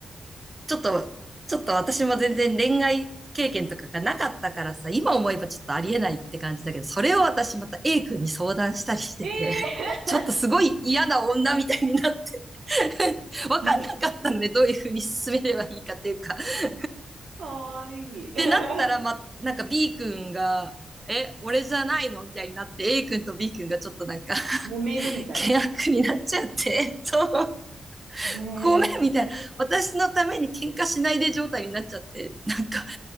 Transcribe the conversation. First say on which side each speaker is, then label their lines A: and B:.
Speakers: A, on the right; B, on the right.
A: ちょっと、ちょっと私も全然恋愛経験とかがなかったからさ、今思えばちょっとありえないって感じだけど、それを私また A 君に相談したりしてて、
B: えー
A: <laughs> ちょっとすごい嫌な女みたいになって、<laughs> わかんなかったので、
B: もっ
A: どういうふうに進めればいいかっていうか。っ
B: かわいい。<laughs>
A: てなったら、ま、なんか B 君が、え、俺じゃないのみたいになって、A 君と B 君がちょっとなんか、<laughs>
B: 揉めるみたいな。
A: 険悪になっちゃって、えっと、
B: ええ
A: ごめんみたいな、私のために喧嘩しないで状態になっちゃって、なんか、